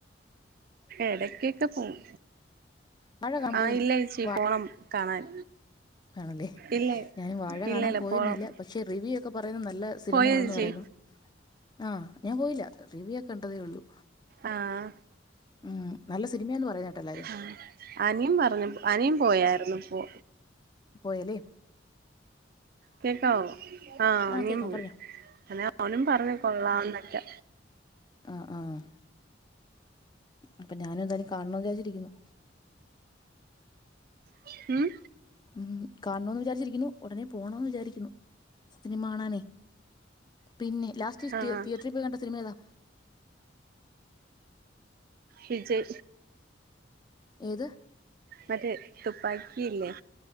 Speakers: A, on the right; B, on the left.
A: ഇടയ്ക്കൊക്കെ പോവും.
B: വാഴ കാണാൻ
A: ആഹ്
B: പോയോ,
A: ഇല്ല ചേച്ചി
B: വാ
A: പോണം കാണാൻ
B: ആണല്ലേ
A: ഇല്ല
B: ഞാനും വാഴ
A: ഇല്ല
B: കാണാൻ
A: ഇല്ല
B: പോയിരുന്നില്ല.
A: പോണം
B: പക്ഷെ റിവ്യൂ ഒക്കെ പറയുന്നത് നല്ല സിനിമയാണെന്ന്
A: പോയോ ചേച്ചി
B: പറയുന്നു, ആഹ് ഞാൻ പോയില്ല. റിവ്യൂ ഒക്കെ കണ്ടതേയുള്ളൂ.
A: ആഹ്
B: ഉം നല്ല സിനിമയാ എന്ന് പറയുന്ന കേട്ടെല്ലാരും.
A: ആഹ് അനിയൻ പറഞ്ഞു അനിയൻ പോയായിരുന്നു ഇപ്പൊ.
B: പോയല്ലേ
A: കേക്കാവോ ആഹ്
B: ആ
A: അനിയൻ
B: കേൾക്കാം
A: പോയി
B: പറഞ്ഞോ
A: അങ്ങനെ അവനും പറഞ്ഞു കൊള്ളാം എന്നൊക്കാ.
B: ആഹ് ആഹ് അപ്പൊ ഞാനും എന്തായാലും കാണണം എന്ന് വിചാരിച്ചിരിക്കുന്നു.
A: ഉം
B: ഉം കാണോന്ന് വിചാരിച്ചിരിക്കുന്നു ഉടനെ പോണോന്ന് വിചാരിക്കുന്നു സിനിമ കാണാനേ. പിന്നെ ലാസ്റ്റ്
A: ആഹ്
B: തീ തീയറ്ററിൽ പോയി കണ്ട് സിനിമ ഏതാ?
A: വിജയ്
B: ഏത്
A: മറ്റേ തുപ്പാക്കിയില്ലേ.